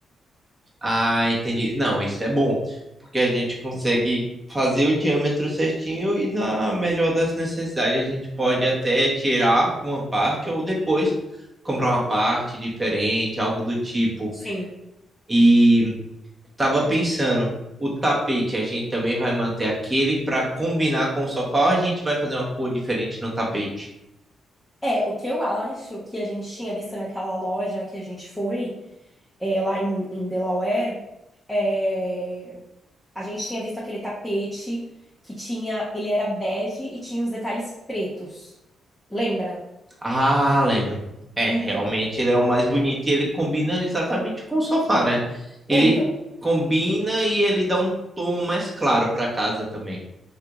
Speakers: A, on the right (about 15°); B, in the centre.
A: Ah, entendi. Não, isso é bom, porque a gente consegue fazer o diâmetro certinho e, na melhor das necessidades, a gente pode até tirar uma parte ou depois comprar uma parte diferente, algo do tipo.
B: Sim.
A: E tava pensando, o tapete a gente também vai manter aquele para combinar com o sofá ou a gente vai fazer uma cor diferente no tapete?
B: É, o que eu acho que a gente tinha visto naquela loja que a gente foi, é, lá em, em Delaware, é, a gente tinha visto aquele tapete que tinha, ele era bege e tinha os detalhes pretos. Lembra?
A: Ah, lembro. É,
B: Então,
A: realmente ele é o mais bonito e ele combina exatamente com o sofá, né? Ele
B: é, então,
A: combina e ele dá um tom mais claro pra casa também.